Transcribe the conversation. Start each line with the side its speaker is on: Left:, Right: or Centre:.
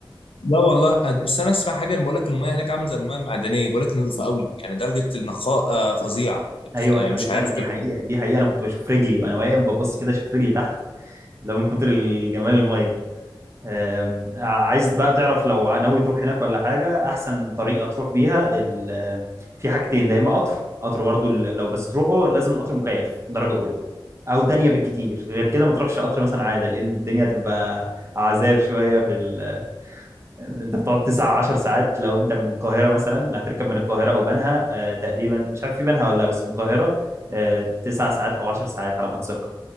Left: لا والله بس انا اسمع حاجه انا بقول لك الميه هناك عامله زي الميه المعدنيه بقول لك نظيفه قوي يعني درجه النقاء آه، فظيعه أنت
Right: ايوه
Left: بتخ- آه،
Right: ايوه
Left: مش
Right: دي فعلا
Left: عارف
Right: دي
Left: كلام
Right: حقيقه دي حقيقه انا كنت بشوف رجلي وانا واقف ببص كده اشوف رجلي تحت لو من كتر الجمال الميه أم، عايز بقى تعرف لو ناوي تروح هناك ولا حاجه احسن طريقه تروح بيها ال- في حاجتين لا اما قطر قطر برضو ال- لو بس تروحه لازم قطر مكيف درجه اولى او تانية بالكتير غير كده ما تروحش قطر مثلا عاده لان الدنيا هتبقى عذاب شويه في ال... انت بتقعد تسع عشر ساعات لو انت من القاهره مثلا هتركب من القاهره او بنها آه، تقريبا مش عارف في بنها ولا لا بس من القاهره آه، تسع ساعات او عشر ساعات على ما اتذكر